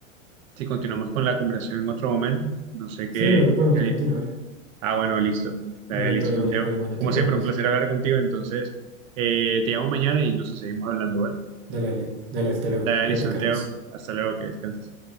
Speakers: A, on the right; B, on the right.
A: si continuamos con la conversación en otro momento? No sé
B: Sí,
A: qué.
B: luego podemos
A: qué-
B: continuar.
A: Ah, bueno, listo. Eh,
B: No, no
A: listo,
B: hay problema,
A: Santiago.
B: no hay problema, no
A: Como
B: te preocupes.
A: siempre, un placer hablar contigo. Entonces, eh, te llamo mañana y nos seguimos hablando, ¿vale?
B: Dale, dale, dale, hasta luego.
A: Dale,
B: Cuídate,
A: Santiago.
B: Carlos.
A: Hasta luego, que descanses.